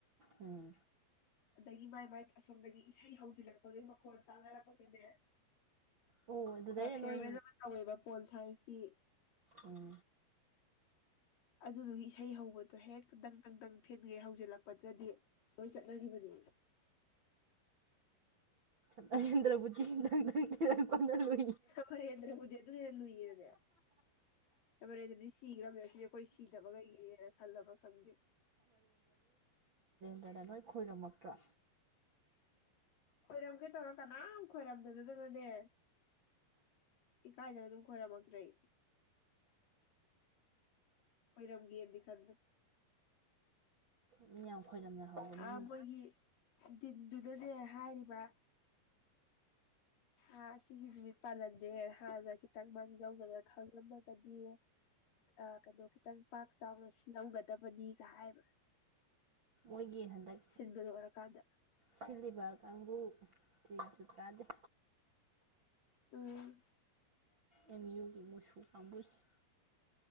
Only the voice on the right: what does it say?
ꯎꯝ
ꯑꯣ ꯑꯗꯨꯗꯩꯔ
ꯅꯣꯏ
ꯎꯝ
ꯑꯍꯦꯟꯗ꯭ꯔꯕꯨꯤꯪ
ꯑꯗꯨꯅ ꯅꯣꯏ ꯈꯣꯏꯔꯝꯃꯛꯇ꯭ꯔꯣ
ꯃꯤ ꯌꯥꯝ ꯈꯣꯏꯔꯝꯅꯍꯧꯕꯅꯤꯅꯦ
ꯃꯣꯏ ꯒꯤ ꯍꯟꯗꯛ
ꯁꯤꯜꯂꯤꯕ ꯀꯥꯡꯕꯨ ꯆꯦꯡ ꯆꯨꯞ ꯆꯥꯗ
ꯑꯦꯝ ꯌꯨꯒꯤ ꯃꯨꯁꯨ ꯄꯥꯝꯕꯨꯁ